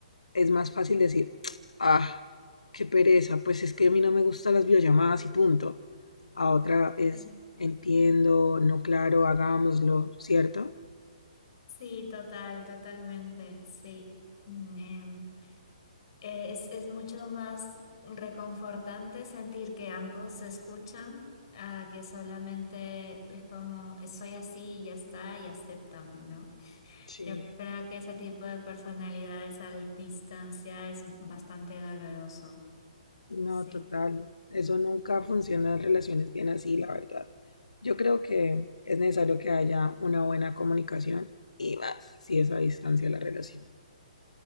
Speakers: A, on the left; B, on the left.
A: es más fácil decir, ah, qué pereza, pues es que a mí no me gustan las videollamadas y punto. A otra es,
B: sí.
A: entiendo, no claro, hagámoslo, ¿cierto?
B: Sí, total, totalmente, sí. Mm, em, eh, es, es mucho más reconfortante sentir que ambos se escuchan a que solamente es como "Eh, soy así y ya está y acéptame, ¿no?
A: Sí.
B: Yo creo que ese tipo de personalidades a distancia es bastante doloroso, sí.
A: No, total. Eso nunca funciona en relaciones bien así, la verdad. Yo creo que es necesario que haya una buena comunicación y más si es a distancia la relación.